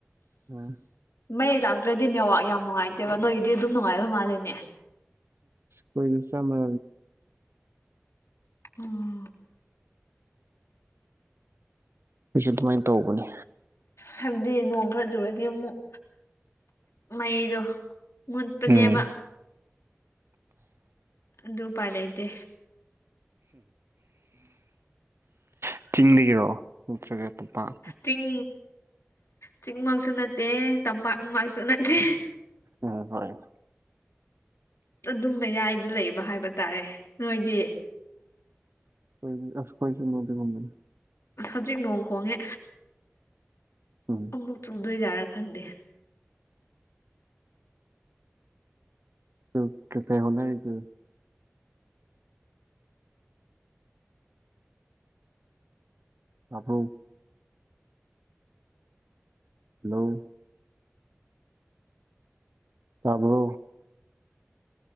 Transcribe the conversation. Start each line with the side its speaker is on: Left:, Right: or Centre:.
Right: ꯎꯝ
Left: ꯃꯩ ꯂꯥꯛꯇ꯭ꯔꯗꯤ ꯅꯦꯋꯥꯛ ꯌꯥꯝ ꯅꯨꯡꯉꯥꯏꯇꯦꯕ ꯅꯣꯏꯗꯤ ꯑꯗꯨꯝ ꯅꯨꯡꯉꯥꯏꯕ ꯃꯥꯂꯦꯅꯦ
Right: ꯀꯣꯏ ꯆꯃ
Left: ꯎꯝ
Right: ꯑꯩꯁꯨ ꯑꯗꯨꯃꯥꯏꯅ ꯇꯧꯕꯅꯤ
Left: ꯍꯥꯏꯕꯗꯤ ꯅꯣꯡ ꯈꯔ ꯆꯨꯔꯗꯤ ꯑꯃꯨꯛ ꯃꯩꯗꯨ ꯃꯟꯄꯅꯤꯕ
Right: ꯎꯝ
Left: ꯑꯗꯨꯗꯨꯄꯥꯥꯏꯂꯥꯏꯇꯦ
Right: ꯎ ꯆꯤꯡꯗꯒꯤꯔꯣ ꯅꯠꯇ꯭ꯔꯒ ꯇꯝꯄꯥꯛ
Left: ꯆꯤꯡ ꯆꯤꯡꯃꯛꯁꯨ ꯅꯠꯇꯦ ꯇꯝꯄꯥꯛꯃꯛꯁꯨ ꯅꯠꯇꯦ
Right: ꯎꯝ ꯍꯣꯏ
Left: ꯑꯗꯨ ꯃꯌꯥꯏꯗ ꯂꯩꯕ ꯍꯥꯏꯕ ꯇꯥꯔꯦ ꯅꯣꯏꯗꯤ
Right: ꯀꯣꯏ ꯑꯁ ꯀꯣꯏ ꯆꯨꯝꯃꯗꯤ ꯃꯅꯤ
Left: ꯍꯧꯖꯤꯛ ꯅꯣꯡ ꯈꯣꯡꯉꯦ
Right: ꯎꯝ
Left: ꯑꯃꯨꯛ ꯆꯨꯗꯣꯏꯖꯥꯠꯔꯥ ꯈꯪꯗꯦ
Right: ꯇꯨ ꯀꯊ ꯍꯅꯅꯤ ꯇꯨ ꯑꯕꯧ ꯍꯂꯣ ꯇꯕꯨ